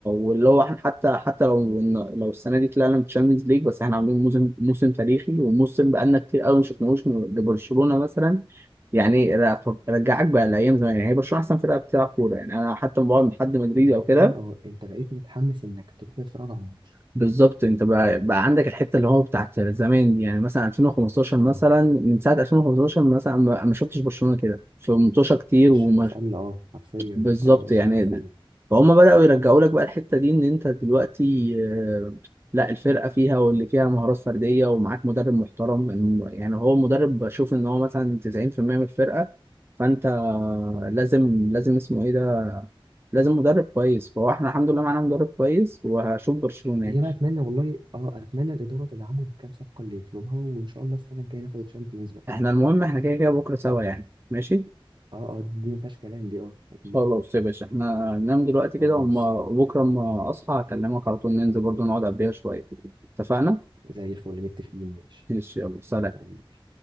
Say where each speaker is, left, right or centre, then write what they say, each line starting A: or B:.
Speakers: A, on the right; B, on the right.
A: واللي هو احنا حتى حتى لو لو السنة دي طلعنا من تشامبيونز ليج بس احنا عاملين موسم موسم تاريخي وموسم بقالنا كتير قوي ما شفناهوش من- لبرشلونة مثلا يعني ر- رجعك بقى لأيام زمان يعني هي برشلونة أحسن فرقة بتلعب كورة يعني أنا حتى لما بقعد مع حد مدريدي
B: هي حرفيا
A: أو كده
B: اه انت بقيت متحمس انك تروح تتفرج على الماتش
A: بالظبط انت بقى, بقى عندك الحته اللي هو بتاعت زمان يعني مثلا 2015 مثلا
B: اه
A: من ساعه 2015 مثلا ما ما شفتش برشلونه كده في منتوشه كتير
B: الشغف
A: وما
B: قل اه حرفيا
A: بالظبط
B: اه الشغف
A: يعني
B: قل
A: فهم بداوا يرجعوا لك بقى الحته دي ان انت دلوقتي آه، لا الفرقه فيها واللي فيها مهارات فرديه ومعاك مدرب محترم الم- يعني هو المدرب بشوف ان هو مثلا 90% من الفرقه فانت
B: اه
A: لازم لازم اسمه ايه ده لازم مدرب كويس فهو احنا الحمد لله معانا مدرب كويس وهشوف برشلونه
B: هي
A: يعني.
B: بقى اتمنى والله اه اتمنى الاداره تدعمهم بكام صفقه اللي يطلبها وان شاء الله السنه الجايه ناخد الشامبيونز بقى
A: احنا المهم احنا كده كده بكرة سوا يعني ماشي
B: اه اه دي ما فيهاش كلام دي اه اكيد
A: خلاص يا باشا احنا ننام دلوقتي
B: خلاص
A: كده وما بكرة اما اصحى اكلمك على طول ننزل برضو نقعد قبلها شوية اتفقنا؟
B: زي الفل متفقين ماشي
A: ماشي يلا سلام
B: حبيبي.